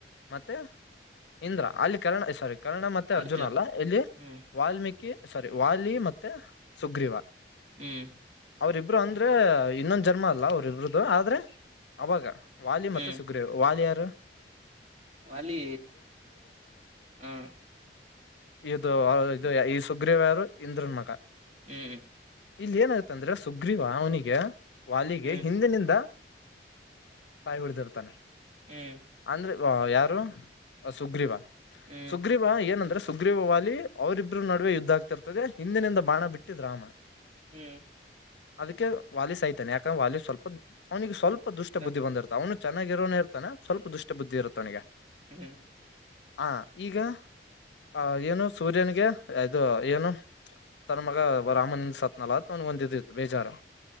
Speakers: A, on the left (about 80°); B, on the right (about 40°).
A: ಮತ್ತೆ ಇಂದ್ರ ಅಲ್ಲಿ ಕರ್ಣ ಸೊರಿ ಕನ್ನಡ ಮತ್ತೆ ಅರ್ಜುನ
B: ಅರ್ಜ
A: ಅಲ್ಲ ಇಲ್ಲಿ
B: ಹ್ಮ್
A: ವಾಲ್ಮೀಕಿ ಸರಿ ವಾಲಿ ಮತ್ತೆ ಸುಗ್ರೀವ
B: ಹ್ಮ್
A: ಅವರಿಬ್ರು ಅಂದ್ರೆ ಇನ್ನೊಂದ್ ಜನ್ಮ ಅಲ್ಲ ಅವ್ರಿಬ್ರದು ಆದ್ರೆ ಅವಾಗ ವಾಲಿ
B: ಹ್ಮ್
A: ಮತ್ತು ಸುಗ್ರೀ ವಾಲಿಯರ್ ಡ್ರ
B: ವಾಲಿ ಹ
A: ಇದು ಆ ಇದು ಸ ಸುಗ್ರೀವ ಯಾರು ಇಂದ್ರನ್ ಮಗ
B: ಹ್ಮ್
A: ಇಲ್ ಏನಾಗತ್ತಂದ್ರೆ ಸುಗ್ರೀವ ಅವ್ನಿಗೆ ವಾಲಿಗೆ
B: ಹ್ಮ್
A: ಹಿಂದಿನಿಂದ ಸಾಯುಗಡ್ ಇರ್ದಿತನ್
B: ಹ್ಮ್
A: ಅಂದ್ರೆ ದ್ವಾ ಯಾರು ಸುಗ್ರೀವ
B: ಹ್ಮ್
A: ಸುಗ್ರೀವ ಏನಂದ್ರ ಸುಗ್ರಿವ ವಾಲಿ ಅವರಿಬ್ಬರು ನಡುವೆ ಯುದ್ ಇದಾಗ್ತಿರ್ತದೆ ಹಿಂದಿನಿಂದ ಬಾಣ ಬಿಟ್ಟಿದ್ ರಾಮ
B: ಹ್ಮ್
A: ಅದಕ್ಕೆ ವಾಲಿಸ್ ಸಾಯ್ತಾನೆ ಯಾಕಂದ್ರೆ ವಾಲಿಸ್ ಸ್ವಲ್ಪ ಅವ್ನಿಗೆ ಸ್ವಲ್ ಸ್ವಪ್ ದುಷ್ಟ
B: ಹ
A: ಬುದ್ಧಿ ಬಂದಿರುತ್ತೆ ಅವನು ಚೆನ್ನಾಗಿರೋನೇ ಇರ್ತಾನ ಸ್ವಲ್ಪ ದುಷ್ಟುದ್ಧಿ ಇರುತ್ ಅವನ್ಗೆ
B: ಹ್ಮ್
A: ಹ ಈಗ ಆ ಏನು ಸೂರ್ಯನ್ಗೆ ಇದು ಏನು ತನ್ ಮಗ ರಾಮನಿಂದ ಸತ್ನಲತ್ ಒನ ಒಂದಿದಿತ್ತು ಬೇಜಾರು